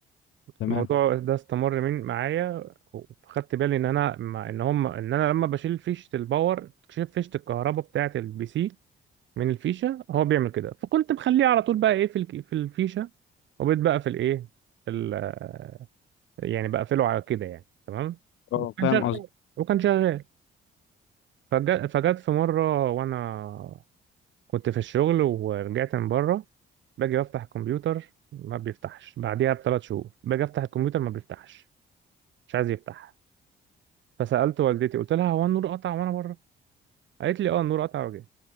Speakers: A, on the left (about 80°); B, on the right (about 70°).
A: تمام
B: الموضوع ده استمر من معايا وخدت بالي ان انا ما- ان هم ان انا لما بشيل فيشه الباور شيل فيشه الكهرباء بتاعه البي سي من الفيشه هو بيعمل كده فكنت مخليه على طول بقى ايه في الك- في الفيشه وبقيت بقى في الايه ال- يعني بقفله على كده يعني تمام
A: اه
B: وكان
A: فاهم
B: شغال
A: قصدك
B: وكان شغال فج- فجت في مره وانا كنت في الشغل ورجعت من بره باجي بفتح الكمبيوتر ما بيفتحش بعديها بثلاث شهور باجي افتح الكمبيوتر ما بيفتحش مش عايز يفتح فسالت والدتي قلت لها هو النور قطع وانا بره قالت لي اه النور قطع وجاي